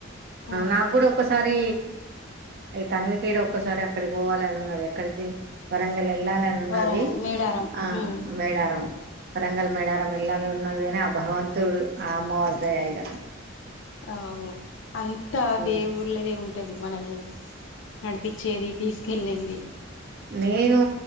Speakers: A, on the left; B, on the right.
A: ఆ
B: నాకు కూడా ఒకసారి ఇగ తనివి తీర ఒక్కసారి అక్కడికి పోవాలనున్నది, ఎక్కడికీ వరంగ్ వెల్ ఏళ్లనున్నది,
A: వరంగ మేడారం
B: ఆ
A: ఉమ్
B: మేడారం. వరంగల్, మేడారం ఎల్లాలనున్నది గని, ఆ భగవంతుడు, ఆ అమ్మవార్దయ ఇగ.
A: అవును. అంతా,
B: ఉమ్
A: దేవుళ్ళదే ఉంటది. మనల్ని నడిపిచ్చేది, తీస్కేళ్ళింది.
B: నేనూ